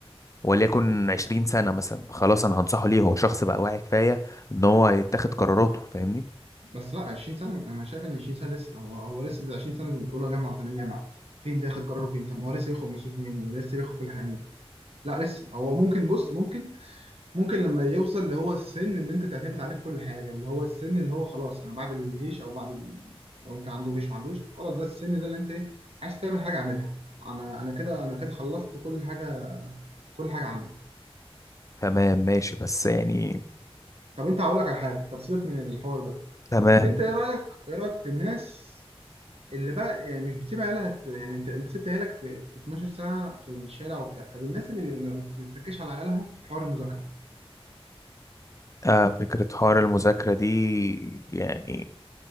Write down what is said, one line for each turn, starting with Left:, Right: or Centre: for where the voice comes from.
Left: وليكن عشرين سنه مثلا خلاص انا هنصحه ليه هو شخص بقى واعي كفايه ان هو يتخذ قراراته فاهمني
Right: بس لا 20 سنة أنا شايف إن 20 سنة لسه هو هو لسه ده 20 سنة من أولى جامعة وثانية جامعة فين ده ياخد قراره فين طب ما هو لسه بياخد مصروف منين لسه بياخد كل حاجة منين لا لسه هو ممكن بص ممكن ممكن لما يوصل اللي هو السن إن أنت تعتمد عليه في كل حاجة اللي هو السن اللي هو خلاص أنا بعد الجيش أو بعد ال... لو أنت عنده جيش ما عندوش خلاص ده السن ده اللي أنت إيه عايز تعمل حاجة اعملها أنا أنا كده أنا كده خلصت كل حاجة كل حاجة عنك
Left: تمام ماشي بس يعني
Right: طب أنت هقول لك على حاجة طب سيبك من الحوار ده
Left: تمام
Right: أنت إيه رأيك إيه رأيك في الناس اللي بقى يعني مش بتسيب عيالها ت- يعني انت انت سبت عيالك في في 12 ساعه في الشارع وبتاع طب الناس اللي ما بتتكش على عيالها في حوار المذاكره
Left: آه فكره حوار المذاكره دي يعني